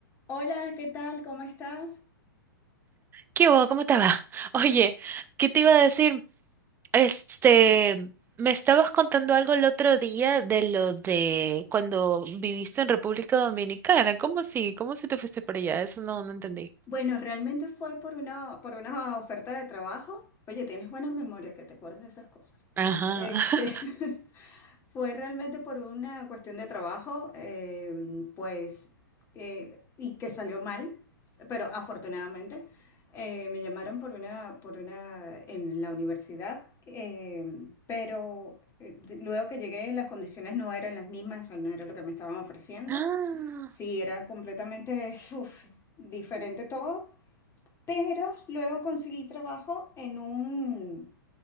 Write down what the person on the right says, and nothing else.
¿Qué hubo? ¿Cómo te va? <laughs> Oye, ¿qué te iba a decir? Este, me estabas contando algo el otro día de lo de cuando viviste en República Dominicana. ¿Cómo así? ¿Cómo si te fuiste para allá? Eso no, no entendí.
Ajá.
<gasps> <laughs>
Ah,